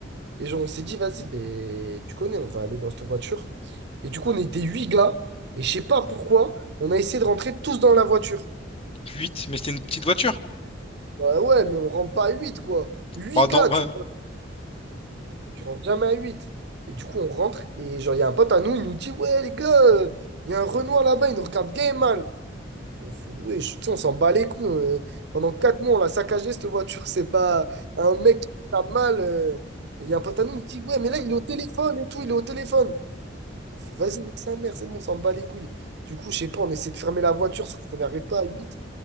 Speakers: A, on the right (about 60°); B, on the left (about 30°).
A: Et genre, on s'est dit, vas-y, ben, tu connais, on va aller dans cette voiture. Et du coup, on était huit gars. Et je sais pas pourquoi, on a essayé de rentrer tous dans la voiture.
B: huit mais c'était une petite voiture.
A: Ouais, ouais, mais on rentre pas à huit, quoi. Huit
B: Bah, dans...
A: gars,
B: ouais.
A: tu, tu rentres jamais à huit. Et du coup, on rentre. Et genre, il y a un pote à nous, il nous dit, ouais, les gars, euh, il y a un Renoir là-bas, il nous regarde gay et mal. Et on fait, ouais, je- tu sais, on s'en bat les couilles. euh, pendant quatre mois, on l'a saccagé, cette voiture. C'est pas un mec qui a mal. euh. Et il y a un pote à nous, il dit, ouais, mais là, il est au téléphone et tout, il est au téléphone. On fait, vas-y, nique sa mère, c'est bon, on s'en bat les couilles. Du coup, je sais pas, on essaie de fermer la voiture, sauf qu'on n'y arrive pas à huit